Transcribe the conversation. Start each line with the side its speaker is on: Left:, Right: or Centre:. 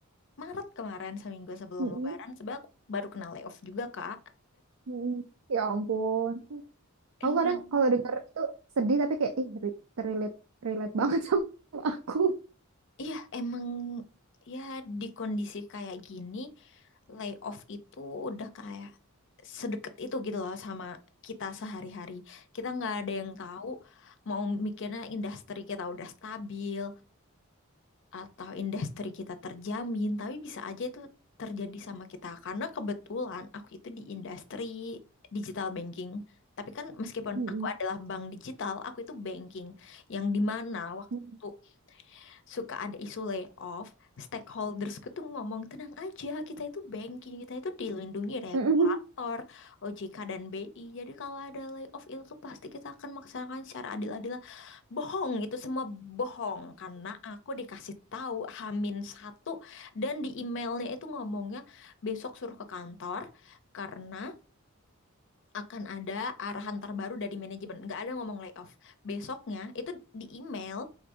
Left: Maret kemarin seminggu sebelum
Right: mm,
Left: Lebaran, sebab aku baru kena layoff juga, Kak.
Right: mm. Ya ampun.
Left: Emang.
Right: Aku kadang kalau denger itu sedih tapi kayak ih re- relate relate banget <laughs> sama aku.
Left: Iya, emang ya di kondisi kayak gini, layoff itu udah kayak sedekat itu gitu loh sama kita sehari-hari. Kita nggak ada yang tahu mau mikirnya industri kita udah stabil atau industri kita terjamin, tapi bisa aja itu terjadi sama kita. Karena kebetulan aku itu di industri digital banking. Tapi kan meskipun
Right: Mm,
Left: aku adalah bank digital, aku itu banking yang dimana waktu
Right: mm,
Left: suka ada isu layoff, stakeholdersku tuh ngomong tenang aja, kita itu banking, kita itu dilindungi regulator,
Right: mm. <laughs>
Left: OJK dan BI. Jadi kalau ada layoff itu tuh pasti kita akan melaksanakan secara adil-adil. Bohong, itu semua bohong karena aku dikasih tahu Hamin satu dan di emailnya itu ngomongnya besok suruh ke kantor karena akan ada arahan terbaru dari manajemen. Nggak ada ngomong layoff. Besoknya itu di email